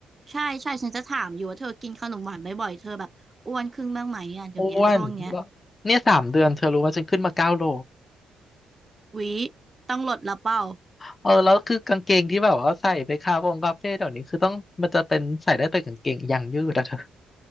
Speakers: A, on the right; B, on the left.
A: ใช่ใช่ฉันจะถามอยู่ว่าเธอกินขนมหวานบ่อยๆเธอแบบอ้วนขึ้นบ้างไหมอ่ะเดี๋ยวเนี้ยช่วงเนี้ย
B: อ้วนแล้วเนี่ยสามเดือนเธอรู้ว่าฉันขึ้นมาเก้าโล
A: หวิต้องลดละเปล่า
B: เออแล้วคือกางเกงที่แบบว่าใส่ไปคาเฟ่งคาเฟ่เดี๋ยวนี้คือต้องมันจะเป็นใส่ได้แต่กางเกงยางยืดอะเธอ